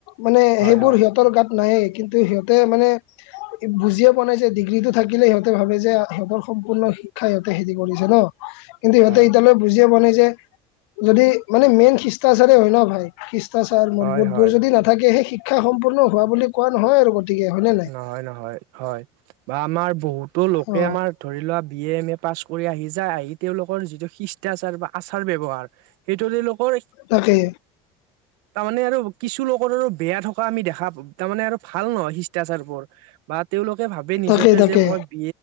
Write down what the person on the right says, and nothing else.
হয়,
হয়,
হয়।
হয়, হয়,
নহয় নহয় হয় বা আমাৰ বহুতো লোকে
আমাৰ ধৰি লোৱা B A M A pass কৰি আহিছে আহি তেওঁলোকৰ যিটো শিচ এতিয়া যেনিবা আচাৰ ব্যৱহাৰ সেইটো তেওঁলোকৰ
তাৰমানে আৰু কিছুলোকৰ আৰু বেয়া থকা আমি দেখা তাৰমানে আৰু ভাল নহয় শিষ্টাচাৰ বোৰ বা তেওঁলোকে ভাবে নিজকে
যে মই বি